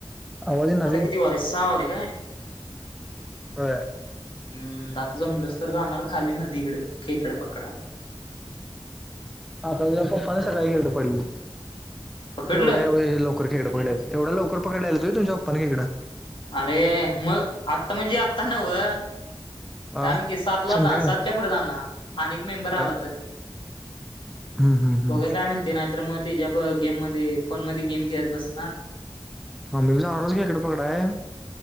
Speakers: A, in the centre; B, on the left.
A: आवाज ईना
B: आता
A: वय
B: किती वाजले सहा वाजले काय?
A: व्हयं.
B: अम्म आता जमलसं तर जाणार खाली नदीकडं खेकड पकडायं.
A: आता तुझ्या पप्पानं सकाळी गेलतं पडी
B: पकडलं?
A: एवढ़या व हे लव लवकर खेकडं पकडले असतीत एवढ्या लवकर पकडलेलीत वय तुमच्या पप्पानं खेकडं.
B: अरे मग आत्ता म्हणजे आत्ता नवं.
A: आ
B: थांब कि सातला
A: संध्याकाळी
B: जा सातच्या पुढं जाणा आणि एअ मेंबर आला
A: आ
B: तर.
A: हम्म हम्म हम्म
B: बघूया काय म्हणतय नाहीतर मग ते ज गेम मध्ये फोन मध्ये गेम खेळत बसणार.
A: आम्ही बी जाणारयं खेकडं पकडाय.